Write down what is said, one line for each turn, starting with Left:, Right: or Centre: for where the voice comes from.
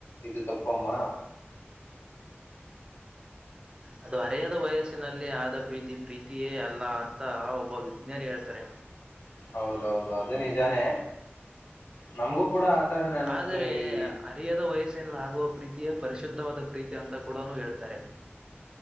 Left: ಇದು ತಪ್ಪಮ್ಮ.
Right: ಅದು ಹರೆಯದ ವಯಸ್ಸಿನಲ್ಲಿ ಆದ ಪ್ರೀತಿ ಪ್ರೀತಿಯೇ ಅಲ್ಲ ಅಂತ ಒಬ್ಬ ವಿಜ್ಞಾನಿ ಹೇಳ್ತಾರೆ.
Left: ಹೌದೌದು ಅದು ನಿಜಾನೇ ನಮಗೂ ಕೂಡ ಆಥರನೆ ಅನುಸ್ತು
Right: ಆದರೆ
Left: ಈ
Right: ಅರಿಯದ ವಯಸ್ಸಿನಲ್ಲಿ ಆಗುವ ಪ್ರೀತಿಯೇ ಪರಿಶುದ್ಧವಾದ ಪ್ರೀತಿ ಅಂತ ಕೂಡ ಹೇಳ್ತಾರೆ.